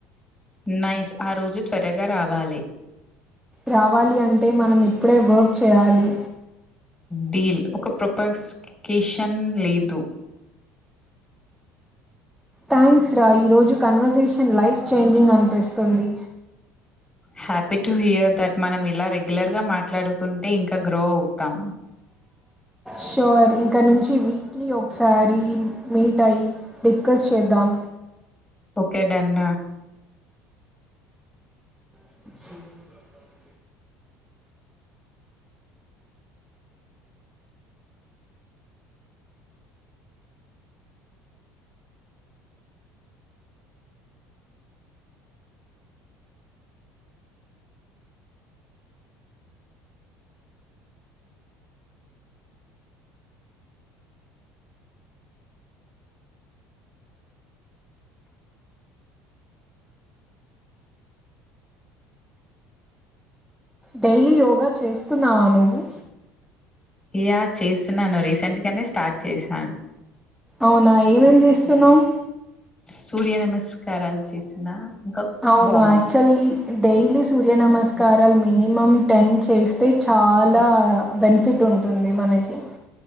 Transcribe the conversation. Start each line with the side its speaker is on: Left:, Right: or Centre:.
Left: నైస్ ఆ రోజు త్వరగా రావాలి
Centre: రావాలి అంటే మనం ఇప్పుడే వర్క్ చేయాలి
Left: డీల్ ఒక ప్రొపాస్కేషన్ లేదు
Centre: థ్యాంక్స్ రా ఈరోజు కన్వర్జేషన్ లైఫ్ చేంజింగ్ అనిపిస్తుంది
Left: హ్యాపీ టు హియర్ దట్ మనం ఇలా రెగ్యులర్ గా మాట్లాడుకుంటే ఇంకా గ్రో అవుతాం
Centre: షోర్ ఇంక నుంచి వీక్లీ ఒకసారి మీట్ అయి డిస్కస్ చేద్దాం
Left: కెడండ
Centre: <inaudible> డైలీ యోగా చేస్తున్నావా నువ్వు
Left: యా చేస్తున్నాను రీసెంట్ గానే స్టార్ట్ చేశాను
Centre: అవునా ఏమేం చేస్తున్నావ్
Left: సూర్య నమస్కారాలు చేసిన ఇంకా
Centre: అవును
Left: వార్మప్.
Centre: ఆక్చుల్లీ డైలీ సూర్య నమస్ కారల్ మినిమమ్ టెన్ చేస్తే చాలా బెనిఫిట్ ఉంటుంది మనకి